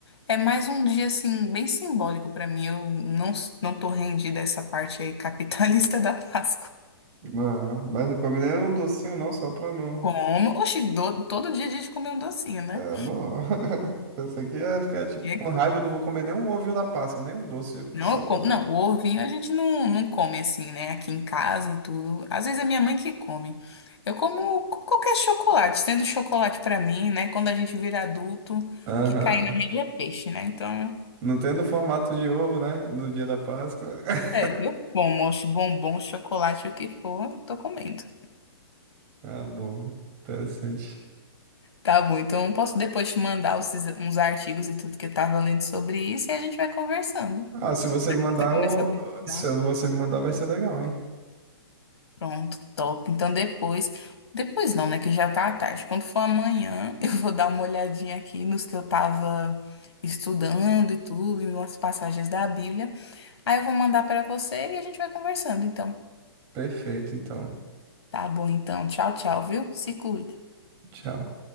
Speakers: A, on the left (about 80°); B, on the right (about 25°).
A: É mais um dia, assim, bem simbólico pra mim. Eu não, não tô rendida a essa parte aí capitalista <laughs> da Páscoa.
B: Ah, mas não comi nem um docinho, não, só pra não.
A: Como? Oxi, do- todo dia a gente come um docinho, né?
B: É bom. <laughs> Pensei que ia ficar tipo
A: E
B: com
A: é que-
B: raiva, eu não vou comer nem um ovinho da Páscoa, nem um doce,
A: Não,
B: só
A: eu
B: por.
A: como. Não, o ovinho a gente não, não come assim, né? Aqui em casa e tudo. Às vezes é minha mãe que come. Eu como co- qualquer chocolate, sendo chocolate pra mim, né? Quando a gente vira adulto, o
B: Aham.
A: que cai na rede é peixe, né? Então,
B: Não tem no formato de ovo, né? No dia da Páscoa. <laughs>
A: é, eu como, oxe, bombom, chocolate, o que for, tô comendo.
B: Ah, bom. Interessante.
A: Tá bom, então eu posso depois te mandar os- uns artigos e tudo que eu tava lendo sobre isso e a gente vai conversando.
B: Ah, se você me mandar,
A: Você começou
B: eu-
A: a pesquisar.
B: se você me mandar, vai ser legal, hein?
A: Pronto, top. Então depois, depois não, né, que já tá à tarde. Quando for amanhã, <laughs> eu vou dar uma olhadinha aqui nos que eu tava estudando e tudo, e umas passagens da Bíblia. Aí eu vou mandar pra você e a gente vai conversando, então.
B: Perfeito, então.
A: Tá bom, então. Tchau, tchau, viu? Se cuida.
B: Tchau.